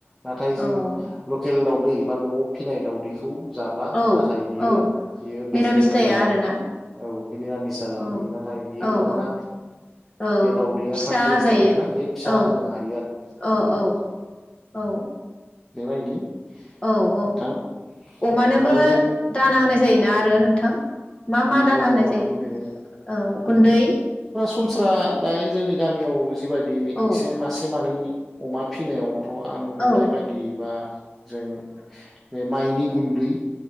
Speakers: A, in the centre; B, on the left (about 25°).
A: नाथाय
B: औ
A: जों लखेल। एल दाावदै बा न'आव फसिनाय दावदैख खौ जाब्ला
B: औ
A: नाथाय बियो
B: औ
A: बियो
B: मिरामिस
A: भेजिटेरियान
B: जाया
A: जाला
B: आरोना
A: आर ना औ बियो निरामिस जाला
B: औ
A: बियो नाथाय बियो
B: औ
A: मानोना
B: औ औ
A: ओ-बे। दैया
B: फिसा
A: फार्टिलाइस
B: आजायो
A: दावदै ना बे फिसा
B: औ
A: होनो हायो आरो।
B: औ औ औ
A: बेबायदि।
B: औ औ
A: नोंथां
B: अमानोबो
A: उम आरो जों
B: दाना होनाय जायोना आरो नोंथां। मा मा
A: नोंगौ
B: दाना होनाय
A: मानोबो
B: जायो
A: होयो
B: औ गुन्दै।
A: सनस्रा दायो जोंनि गामियाव। जिबायदि
B: औ
A: एसे मासे मानै। अमा फिनायाव। थ' आं
B: औ
A: नुनाय बायदि बा। जों बे माइनि। गुन्दै